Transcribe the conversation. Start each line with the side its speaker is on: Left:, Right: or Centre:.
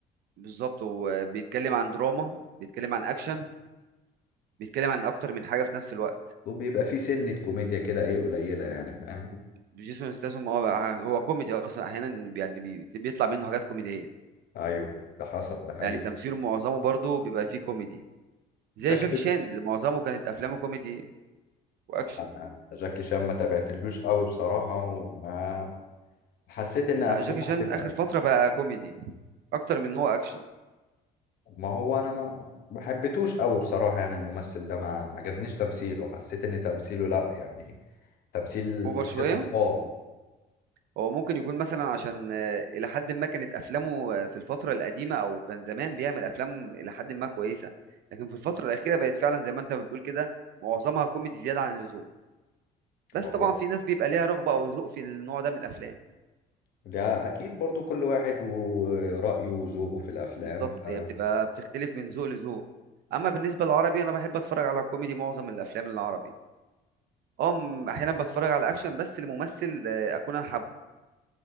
Right: بالظبط هو بيتكلم عن دراما بيتكلم عن اكشن بيتكلم عن اكتر من حاجه في نفس الوقت
Left: وبيبقى في سنة كوميديا كده ايه قليلة يعني فاهم
Right: جيسون ستاثام اه بقى- هو كوميدي اصلا احيانا يعني بي- بيطلع منه حاجات كوميديه
Left: ايوه ده حصل ده حقيقي
Right: يعني تمثيله معظمه برضه بيبقى فيه كوميدي زي
Left: فكرة
Right: جاكي شان اللي معظمه كانت افلامه كوميدي واكشن
Left: انا جاكي شان ما تابعتلوش قوي بصراحة وما حسيت ان افلامه
Right: لا جاكي شان
Left: هتبقى
Right: اخر فتره بقى كوميدي اكتر من إن هو اكشن
Left: ما هو انا ما ما حبيتوش قوي بصراحة يعني الممثل ده ما عجبنيش تمثيله حسيت ان تمثيله لا يعني تمثيل
Right: اوفر
Left: تمثيل
Right: شويه
Left: اطفال
Right: هو ممكن يكون مثلا عشان آه، إلى حد ما كانت أفلامه آه، في الفترة القديمة أو كان زمان بيعمل أفلام إلى حد ما كويسة لكن في الفترة الأخيرة بقت فعلا زي ما أنت بتقول كده معظمها كوميدي زيادة عن اللزوم بس
Left: هو
Right: طبعا
Left: ده
Right: في ناس بيبقى ليها رغبة أو ذوق في النوع ده من الأفلام
Left: ده اكيد برضو كل واحد ورأيه وذوقه في الافلام
Right: بالظبط
Left: ف
Right: هي بتبقى بتختلف من ذوق لذوق أما بالنسبة للعربي أنا بحب أتفرج على كوميدي معظم الأفلام العربي أه م- أحيانا بتفرج على أكشن بس لممثل آه، أكون أنا حابه